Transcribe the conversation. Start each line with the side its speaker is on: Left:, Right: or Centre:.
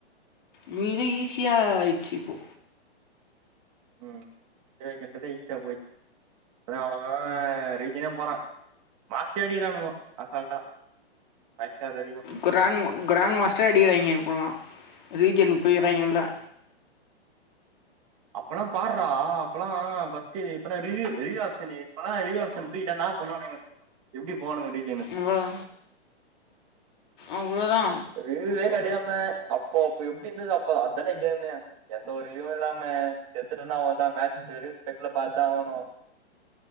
Left: மீனே ஈஸியாயிச்சு இப்போ
Right: ம் டேய் கெட்டதே ஈஸியா போய்ச்சு இப்பதா அவ ரீஜ்ஜனே போறா மாஸ்டேரே அடிக்கிறானுங்கோ அசால்டா ஃபைவ் ஸ்டார் வரையு
Left: கிராண்ட் கிராண்ட் மாஸ்டர அடிக்கிறாய்ங்க இப்போலா ரீஜனுக்கு போயிறாய்ங்க எல்லா
Right: அப்பெல்லா பார்றா அப்பெல்லா பஸ்ட்டியரு இப்ப தா ரிவ்யூ ரிவ்யூ ஆப்ஷனு அப்பனா ரிவ்யூ ஆப்ஷன் தூக்கிட்டானா இன்னா பண்ணுவானுங்க எப்டி போவானுங்க டேய்
Left: எவ்வளோ அவ்வளோதா
Right: ரிவூவே கெடையாம அப்போ அப்போ எப்டி இருந்தது அப்போ அதான்டா கேமே எந்த ஒரு ரிவ்யையு இல்லாம செத்துட்டனா அவ்ளோதா மேட்ச் முடியுறவெரியோ ஸ்பெக்குல பாத்துதா ஆவணு